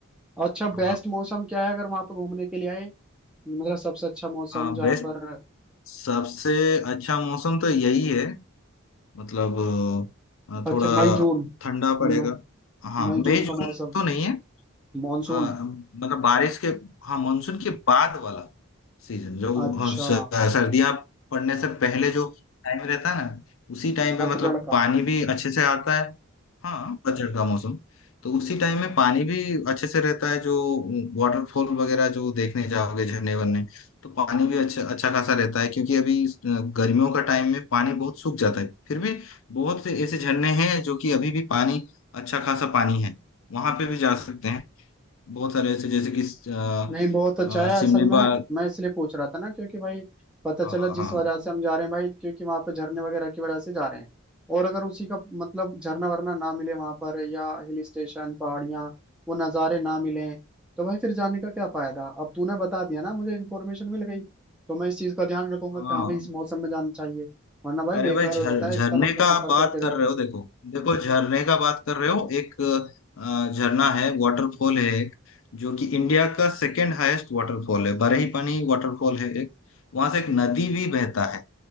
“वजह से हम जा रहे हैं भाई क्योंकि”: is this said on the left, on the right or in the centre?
Centre